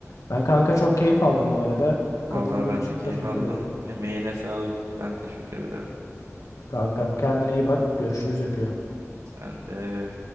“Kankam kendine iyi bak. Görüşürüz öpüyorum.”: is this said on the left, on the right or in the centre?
Left